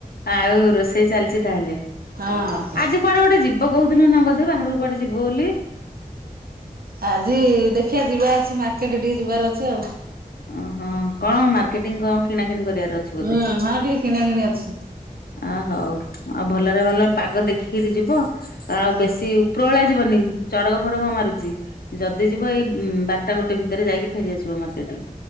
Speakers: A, on the left (about 85°); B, on the right (about 80°).
A: ଆଉ ରୋଷେଇ ଚାଲିଚି ତାହେଲେ
B: ହଁ
A: ଆଜି କୁଆଡେ ଗୋଟେ ଯିବ କହୁଥିଲ ନା ବୋଧେ ବାହାରକୁ କୁଆଡେ ଯିବ ବୋଲି?
B: ଆଜି ଦେଖିବା ଯିବା ଅଛି ମାର୍କେଟରେ ଟିକେ ଯିବାର ଅଛି ଆଉ।
A: ଓହୋ କଣ ମାର୍କେଟିଂ କ କିଣା କିିଣି କରିବାର ଅଛି ବୋଧେ।
B: ହୁଁ ହଁ ଟିକେ କିଣା କିିଣି ଅଛି
A: ଅ ହଉ ଆଉ ଭଲରେ ଭଲ ପାଗ ଦେଖିକିରି ଯିବ ଆଉ
B: ହଁ
A: ବେଶୀ ଉପରଳା ଯିବନି ଚଡକ ଫଡକ ମାରୁଚି ଯଦି ଯିବ ଏଇ ଉଁ ବାରଟା ଗୋଟେ ଭିତରେ ଯାଇକି ଫେରିଆସିବ ମାର୍କେଟରୁ।